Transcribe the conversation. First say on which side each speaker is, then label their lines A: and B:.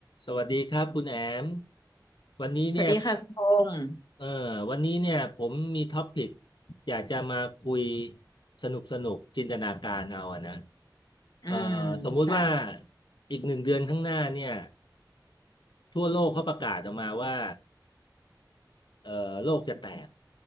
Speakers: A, on the left; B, on the left.
A: สวัสดีครับคุณแอมวันนี้เนี่ย
B: สวัสดีค่ะคุณพงษ์
A: เออวันนี้เนี่ยผมมีท็อปิกอยากจะมาคุยสนุกสนุกจินตนาการเอาอะนะ
B: อืม
A: เออสมมุติว่า
B: ค่ะ
A: อีกหนึ่งเดือนข้างหน้าเนี่ยทั่วโลกเขาประกาศออกมาว่าเออโลกจะแตก